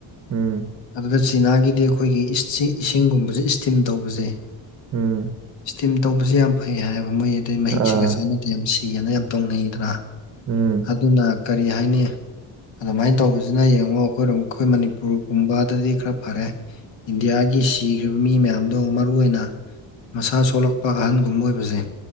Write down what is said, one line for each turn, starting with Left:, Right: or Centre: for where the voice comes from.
Right: ꯎꯝ
Left: ꯑꯗꯨꯗ ꯆꯤꯅꯥꯒꯤꯗꯤ ꯑꯩꯈꯣꯏꯒꯤ ꯏꯁꯤ ꯏꯁꯤꯡꯒꯨꯝꯕꯖꯦ ꯏꯁꯇꯤꯝ ꯇꯧꯕꯖꯦ
Right: ꯎꯝ
Left: ꯏꯁꯇꯤꯝ ꯇꯧꯕꯁꯤ ꯌꯥꯝ ꯐꯩ ꯍꯥꯏꯌꯦꯕ ꯃꯣꯏꯒꯤꯗꯤ ꯃꯍꯤꯛꯁꯤꯒ
Right: ꯑꯥ
Left: ꯁꯦꯅꯗꯤ ꯌꯥꯝ ꯁꯤꯑꯅ ꯌꯥꯝ ꯇꯧꯅꯩꯗꯅ
Right: ꯎꯝ
Left: ꯑꯗꯨꯅ ꯀꯔꯤ ꯍꯥꯏꯅꯤ ꯑꯗꯨꯃꯥꯏꯟ ꯇꯧꯕꯖꯤꯅ ꯌꯦꯡꯉꯣ ꯑꯩꯈꯣꯏꯔꯣꯝ ꯑꯩꯈꯣꯏ ꯃꯅꯤꯄꯨꯔꯒꯨꯝꯕꯗꯗꯤ ꯈꯔ ꯐꯔꯦ ꯏꯟꯗꯤꯌꯥꯒꯤ ꯁꯤꯈ꯭ꯔꯤꯕ ꯃꯤ ꯃꯌꯥꯝꯗꯣ ꯃꯔꯨ ꯑꯣꯏꯅ ꯃꯁꯥ ꯁꯣꯜꯂꯛꯄ ꯑꯍꯟꯒꯨꯝꯕ ꯑꯣꯏꯕꯖꯦ